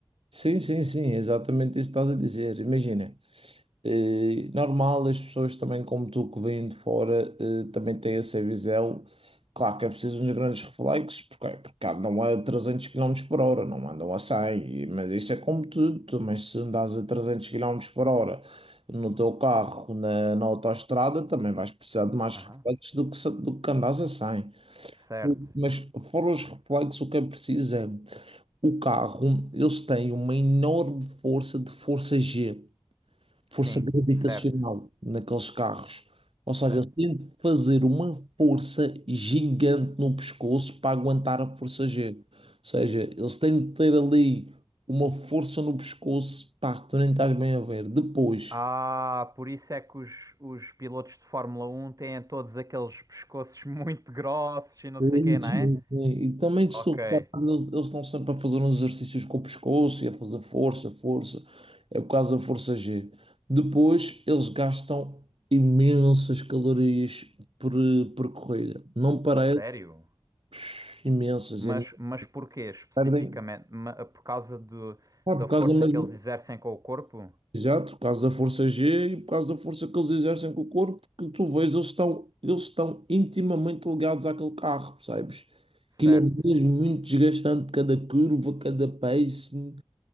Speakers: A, on the right; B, on the right.
A: sim, sim, sim, sim, exatamente isso que estás a dizer. Imagina, eh, normal, as pessoas também, como tu que vêm de fora, eh, também têm essa visão. Claro que é preciso uns grandes reflexos, porque, porque andam a 300 quilômetros por hora, não andam a 100 e- mas isso é como tudo. tu, Mas se andas a 300 quilômetros por hora no teu carro, na, na autoestrada, também vais precisar de mais
B: Aham.
A: reflexos do que, se- do que andas a cem
B: Certo.
A: mas fora os reflexos, o que é preciso é o carro, eles têm uma enorme força de força G,
B: Sim,
A: força gravitacional
B: certo.
A: naqueles carros. Ou
B: Certo.
A: seja, eles têm de fazer uma força gigante no pescoço para aguentar a força G. Ou seja, eles têm de ter ali uma força no pescoço, pá, que tu nem estás bem a ver. Depois.
B: Ah, por isso é que os, os pilotos de Fórmula Um têm todos aqueles pescoços <laughs> muito grossos e não
A: Sim,
B: sei quê,
A: sim.
B: não é?
A: E também,
B: Ok.
A: se tu reparas, eles, eles estão sempre a fazer uns exercícios com o pescoço e a fazer força, força. É por causa da força G. Depois, eles gastam imensas calorias por, por corrida. Não parece,
B: A sério?
A: psh, imensas.
B: Mas,
A: im-
B: mas porquê especificamente?
A: Perdem.
B: Ma- Por causa do,
A: Ah,
B: da
A: por
B: força
A: causa, imagina-
B: que eles exercem com o corpo?
A: exato, por causa da força G e por causa da força que eles exercem com o corpo, que tu vês, eles estão, eles estão intimamente ligados àquele carro, percebes?
B: Certo.
A: Aquilo é mesmo muito desgastante, cada curva, cada pace.